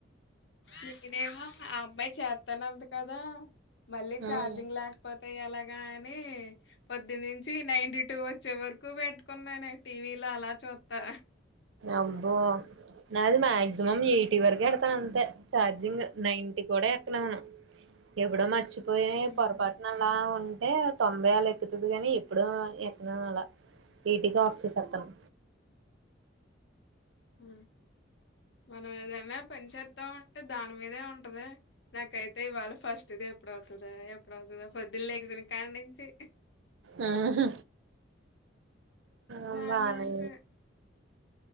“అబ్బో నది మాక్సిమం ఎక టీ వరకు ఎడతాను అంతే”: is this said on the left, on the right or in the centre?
Right